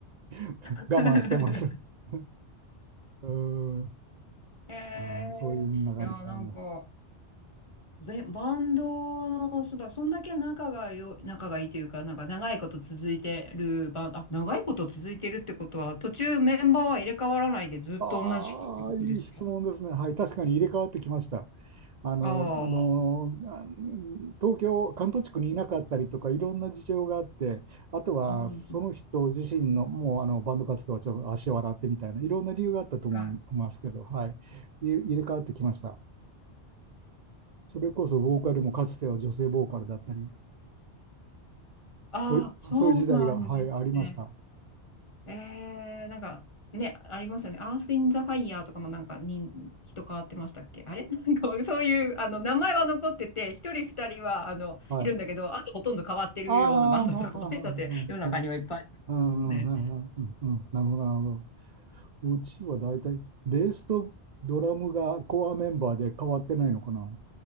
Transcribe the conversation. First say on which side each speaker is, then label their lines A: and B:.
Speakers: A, on the right; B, on the left.
A: <laughs>
B: <laughs>
A: 我慢してます。<laughs> うーん、
B: へえいや、
A: あーそういうふうな感じなの。
B: なんか、べバンドの、そうだ、そんだけ仲がよ、仲がいいというか、なんか長いこと続いてるバンド、あ、長いこと続いてるってことは、途中メンバーは入れ替わらないでずっと同じ人ってことですか
A: ああ、いい質問ですね。はい、確かに入れ替わってきました。あの、
B: ああ、
A: あの、あ東京、関東地区にいなかったりとか、いろんな事情があって、あとはその人自身の、
B: うん、うん
A: もうあのバンド活動はちょっと足を洗ってみたいな、いろんな理由があったと思いますけど、
B: はい。
A: はい、い入れ替わってきました。それこそボーカルもかつては女性ボーカルだったり、
B: ああ、
A: そうい、
B: そうなんですね。
A: そういう時代が、はい、ありました。
B: えー、なんか、ね、ありますよね。アース・イン・ザ・ファイヤーとかもなんかに人変わってましたっけあれ <laughs> なんかそういうあの名前は残ってて、一人二人はあのいるんだけど、
A: はい。
B: あとほとんど変わってるようなバンドとかもね、
A: ああ、はいは
B: だって世の中にはいっぱいあるもんね。
A: いはいはい。はいうんうんうんうんうんうん。なるほど、なるほど。うちは大体、ベースとドラムがコアメンバーで変わってないのかな。